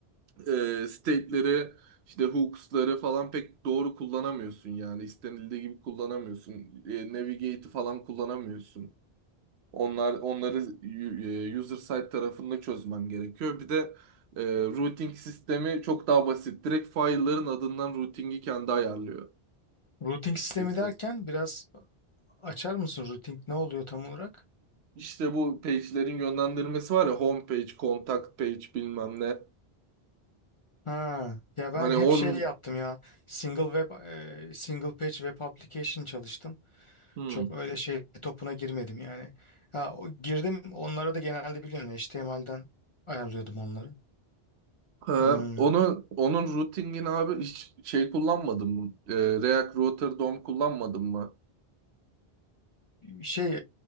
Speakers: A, on the right (about 80°); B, on the left (about 50°).
A: E, state'leri işte hooks'ları falan pek doğru kullanamıyorsun yani istenildiği gibi kullanamıyorsun. E, navigate'i falan kullanamıyorsun. Onlar onları y- e, user side tarafında çözmen gerekiyor. Bir de e, routing sistemi çok daha basit. Direkt file'ların adından routing'i kendi ayarlıyor.
B: Routing
A: XCS'de.
B: sistemi derken biraz açar mısın? Routing ne oluyor tam olarak?
A: İşte bu page'lerin yönlendirmesi var ya home page, contact page bilmem ne.
B: Ha, ya ben
A: Hani
B: hep
A: on
B: şey yaptım ya. Single web, e, single page web application çalıştım.
A: Hmm.
B: Çok öyle şey topuna girmedim yani. Ha, o- girdim onlara da genelde biliyorsun HTML'den ayarlıyordum onları.
A: ha,
B: Hmm.
A: onu onun routing'ini abi hiç şey kullanmadım. E, React Router DOM kullanmadım mı?
B: Şey